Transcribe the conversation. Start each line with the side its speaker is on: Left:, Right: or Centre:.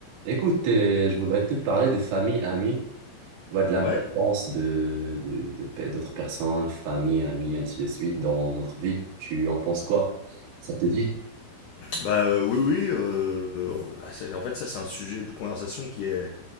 Right: Écoute, euh, je voudrais te parler de famille, amis, tu vois, de l'importance
Left: Ouais,
Right: de, de, de pe- d'autres personnes, famille, amis, ainsi de suite, dans notre vie. Tu en penses quoi? Ça te dit?
Left: bah euh, oui, oui. euh, c'est- en fait, ça, c'est un sujet de conversation qui est,